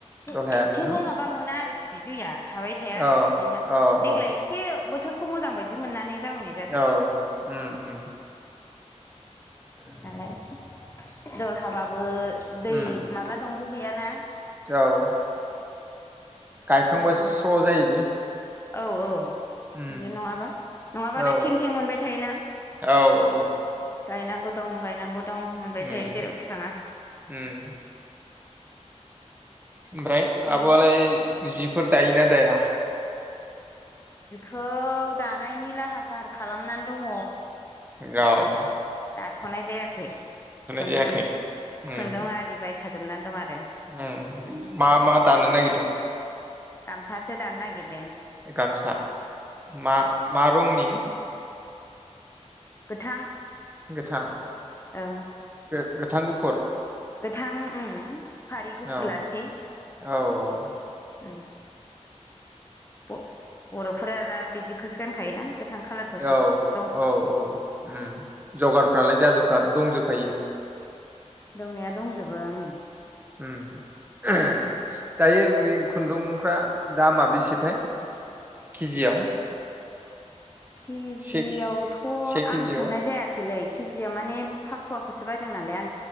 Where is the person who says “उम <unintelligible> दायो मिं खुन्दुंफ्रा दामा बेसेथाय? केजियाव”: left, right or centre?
Right